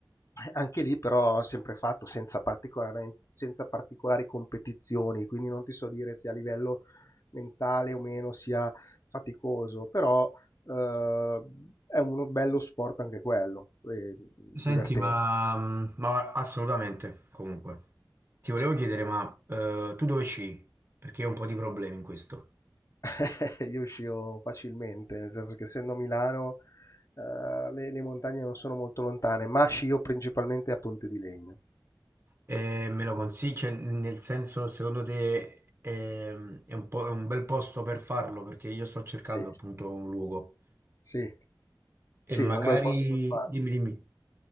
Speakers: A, on the left; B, on the right.
A: Eh, anche lì però ho sempre fatto senza particolaren senza particolari competizioni, quindi non ti so dire se a livello mentale o meno sia faticoso, però, uhm, è uno bello sport anche quello, e diverten
B: Senti, ma, mm, ma assolutamente, comunque. Ti volevo chiedere, ma eh, tu dove sci? Perché io ho un po' di problemi in questo.
A: <laughs> Io uscivo facilmente, nel senso che essendo a Milano, uhm, le le montagne non sono molto lontane, ma scio principalmente a Ponte di Legno.
B: E me lo consigli? Cioè, nel senso, secondo te ehm, è, un po', è un bel posto per farlo? Perché io sto cercando
A: Sì,
B: appunto un luogo.
A: sì. Sì,
B: E magari...
A: è un bel posto per farlo.
B: Dimmi, dimmi.